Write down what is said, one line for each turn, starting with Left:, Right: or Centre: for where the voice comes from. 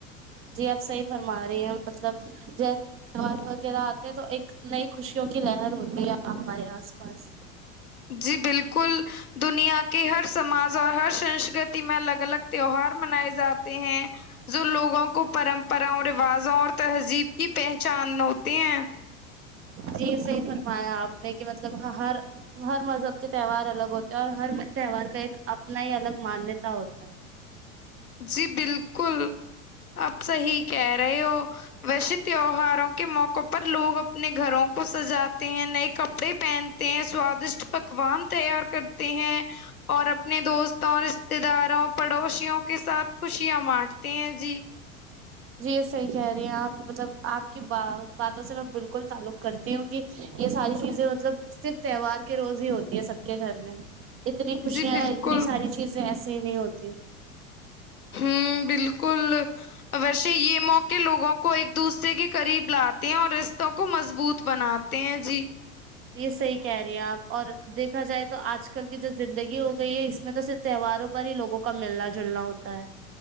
Right: جی آپ صحیح فرما رہی ہیں مطلب جیسے وغیرہ آتے ہیں تو ایک نئی خوشیوں کی لہر ہوتی ہے ہمارے آس پاس
Left: جی بالکل دنیا کہ ہر سماج اور ہر سنسکرتی میں الگ الگ تیوہار منائے جاتے ہیں جو لوگوں کو پرمپراں رواجوں اور تہذیب کی پہچان تین
Right: جی صحیح فرمایا آپ نے کہ مطلب ہر ہر مذہب کے تہوار الگ ہوتے ہیں اور ہر تہوار کا ایک اپنا ہی الگ مانیہتا ہوتا ہے
Left: جی بالکل آپ صحیح کہہ رہے ہو ویسے تیوہاروں کے موقع پر لوگ اپنے گھروں کو سجاتے ہیں نئے کپڑے پہنتے ہیں ساد پکوان تیار کرتے ہیں اور اپنے دوستوں رشتے داروں پڑوسیوں کے ساتھ خوشیاں بانٹتے ہیں جی
Right: جی یہ صحیح کہہ رہی ہیں آپ مطلب آپ کی باتوں سے میں بالکل تعلق کرتی ہوں کہ یہ ساری چیزیں مطلب صرف تہوار کے روز ہی ہوتی ہے سب کے گھر میں اتنی خوشیاں
Left: جی بالکل
Right: اتنی ساری چیزیں ایسی نہیں ہوتی
Left: ہوں بالکل ویسے یہ موقع لوگوں کو ایک دوسرے کے قریب لاتے ہیں اور رشتوں کو مضبوط بناتے ہیں جی
Right: یہ صحیح کہہ رہی ہیں آپ اور دیکھا جائے تو آج کل کی جو زندگی ہو گئی ہے اس میں تو صرف تہواروں پر ہی لوگ کا ملنا جلنا ہوتا ہے